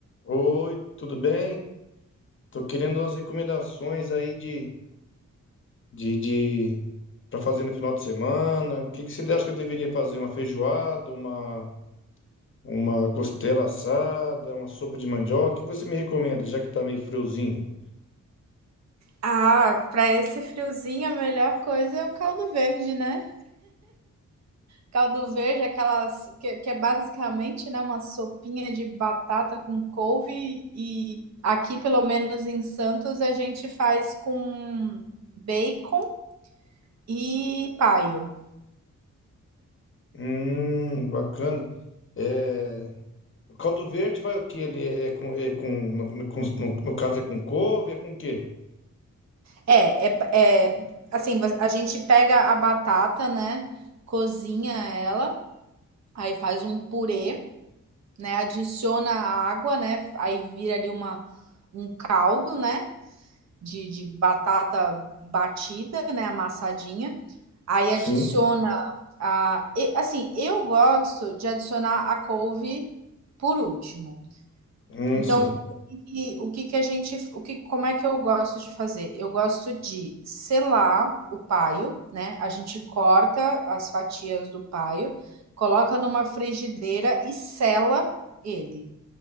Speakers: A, on the left (about 40°); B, on the right (about 60°).
A: Oi, tudo bem? Tô querendo umas recomendações aí de, de, de para fazer no final de semana. O que que você acha que eu deveria fazer? Uma feijoada, uma uma costela assada, uma sopa de mandioca? O que que você me recomenda, já que tá meio friozinho?
B: Ah, para esse friozinho a melhor coisa é um caldo verde, né? Caldo verde, aquelas que, que é basicamente, né, uma sopinha de batata com couve e aqui, pelo menos em Santos, a gente faz com bacon e paio.
A: Hum, bacana. É, o caldo verde vai o quê? Ele é é com, é com no, no- com- no- no caso é com couve, é com o quê?
B: É, é, é assim, vo- a gente pega a batata, né, cozinha ela, aí faz um purê, né, adiciona a água, né, aí vira ali uma um caldo, né? de, de batata batida, né, amassadinha. Aí adiciona
A: Sim.
B: a, assim, eu gosto de adicionar a couve por último.
A: Hum,
B: Então,
A: sim.
B: o que, o que, que a gente, o que, como é que eu gosto de fazer? Eu gosto de selar o paio, né? A gente corta as fatias do paio, coloca numa frigideira e sela ele